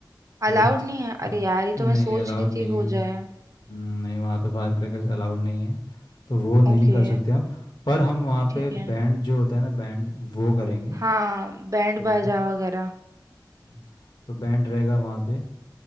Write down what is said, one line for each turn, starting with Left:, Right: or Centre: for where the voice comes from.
Left: हम्म
Right: अलाउड नहीं है
Left: अ,
Right: अरे यार ये
Left: नहीं
Right: तो मैं सोच
Left: अलाउड
Right: रही
Left: नहीं
Right: थी
Left: है
Right: हो जाए
Left: हम्म, नहीं वहाँ पे फायर क्रैकर्स अलाउड नहीं है तो वो नहीं
Right: ओके
Left: कर सकते हम पर हम वहाँ
Right: ठीक
Left: पे बैंड
Right: है
Left: जो होता है ना बैंड वो करेंगे
Right: हाँ बैंड
Left: ठीक
Right: बाजा
Left: है
Right: वगैरह
Left: हम्म, तो बैंड रहेगा वहाँ पे